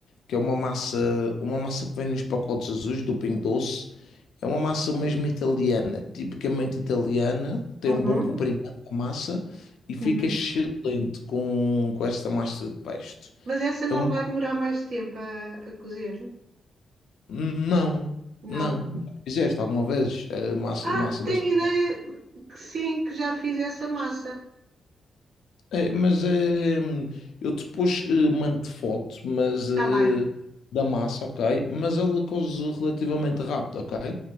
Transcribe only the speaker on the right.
Uhum,
uhum.
Mas essa não
vai demorar mais tempo a, a cozer?
Não.
Ah,
tenho
ideia que sim, que já fiz essa massa.
Tá bem,